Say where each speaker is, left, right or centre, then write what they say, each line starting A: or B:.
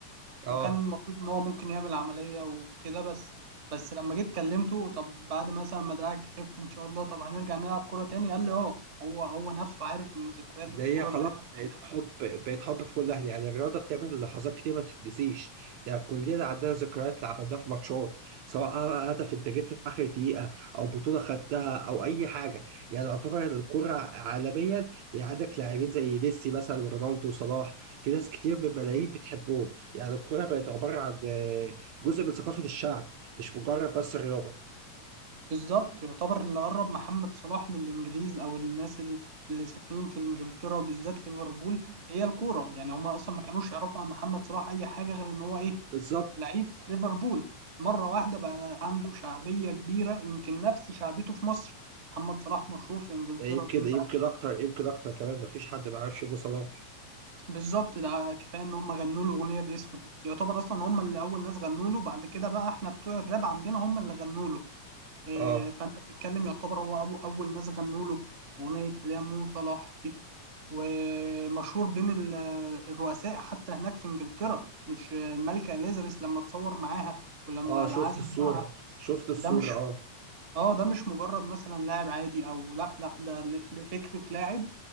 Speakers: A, on the right (about 70°); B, on the right (about 40°).
A: اه
B: وكان المفروض ان هو ممكن يعمل عملية وكده بس بس لما جيت كلمته طب بعد مثلا ما دراعك يخف ان شاء الله طب هنرجع نلعب كورة تاني قال لي اه هو هو نفسه عارف ان ذكريات
A: ده
B: الكورة
A: هي خلاص
B: اللي احنا
A: بقت
B: بنعملها
A: حب بقت حب في كل اهلي يعني الرياضه بتعمل لحظات كتير ما تتنسيش يعني كلنا عندنا ذكريات اللي عملناها في ماتشات سواء هدف انت جبته في اخر دقيقه او بطوله خدتها او اي حاجه يعني يعتبر الكره عالميا يعني عندك لاعبين زي ميسي مثلا ورونالدو وصلاح في ناس كتير من الملايين بتحبهم يعني الكره بقت عباره عن آه، جزء من ثقافه الشعب مش مجرد بس الرياضه
B: بالظبط يعتبر اللي قرب محمد صلاح من الانجليز او الناس ال- اللي ساكنين في انجلترا بالذات ليفربول هي الكوره يعني هم اصلا ما كانوش يعرفوا عن محمد صلاح اي حاجه غير ان هو ايه
A: بالظبط
B: لعيب في ليفربول مره واحده بقى عنده شعبيه كبيره يمكن نفس شعبيته في مصر محمد صلاح مشهور في انجلترا
A: يمكن
B: بين
A: يمكن
B: بقى
A: اكتر يمكن اكتر كمان مفيش حد ما يعرفش ابو صلاح
B: بالظبط ده كفايه ان هم غنوا له اغنيه باسمه يعتبر اصلا هم اللي اول ناس غنوا له بعد كده بقى احنا بتوع الراب عندنا هم اللي غنوا له آه،
A: اه
B: فانت بتتكلم يعتبر هو أبو اول ناس غنوا له اغنيه اللي هي مو صلاح دي ومشهور بين ال- الرؤساء حتى هناك في انجلترا مش الملكه اليزابيث لما تصور معاها ولما
A: اه
B: العزاء
A: شفت الصورة
B: بتاعها
A: شفت الصورة
B: ده مش
A: اه
B: اه ده مش مجرد مثلا لاعب عادي او لا لا ده ده فكره لاعب